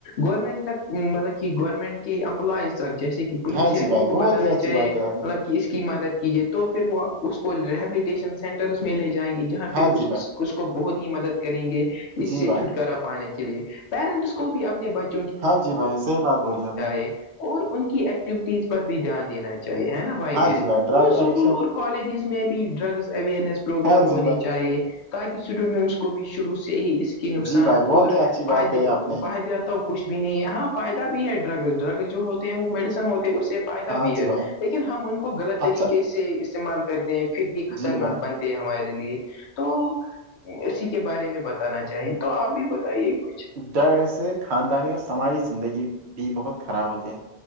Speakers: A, on the left; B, on the right.
A: گورنمنٹ تک مطلب کہ گورنمنٹ کی امپلائز تک جیسے کہ پولیس
B: ہاں
A: ہے
B: جی
A: ان
B: بھائی
A: کو
B: بہت
A: بتانا
B: ہی اچھی
A: چاہے
B: بات ہے آپ نے
A: مطلب کہ اس کی مدد کیجیے تو پھر وہ اس کو ریہبلیٹیشن سینٹرس میں لے جائیں گی جہاں
B: ہاں
A: پہ
B: جی بھائی
A: اس کو بہت ہی مدد کریں گے اس
B: جی
A: سے
B: بھائی
A: چھٹکارا پانے کے لیے پیرنٹس کو بھی اپنے بچے
B: ہاں جی بائی صح ہی بات بولی آپ نے
A: اور ان کی ایکٹیویٹیز پر بھی دھیان دینا چاہیے ہے نا
B: ہاں
A: میرے
B: جی بھائی ڈرگ
A: تو اسکول
B: ایڈکشن
A: اور کالجز میں بھی ڈرگس اویئرنیس پروگرام
B: ہاں جی
A: ہونے
B: بھائی
A: چاہیے اسٹوڈنٹس کو بھی شروع سے ہی اس کے نقصان
B: جی بھائی بہت
A: اور
B: ہی اچھی بات
A: فد
B: کہی آپ نے
A: فد کچھ بھی نہیں ہے ہاں فائدہ بھی ہے ڈرگ ڈرگ جو ہوتے ہیں وہ میڈیسن ہوتے ہیں اس سے پائدہ
B: ہاں
A: بھی
B: جی
A: ہے
B: بھائی
A: لیکن ہم ان کو غلط
B: اچھا
A: طریقے سے استعمال کرتے ہیں پھر یہ خطرناک
B: جی بھائی
A: بنتے ہمارے لیے تو اسی کے بارے میں بتانا چاہیے تو آپ بھی بتائیے کچھ
B: اتر سے خاندانی اور سماجی زندگی بھی بہت خراب ہوتی ہے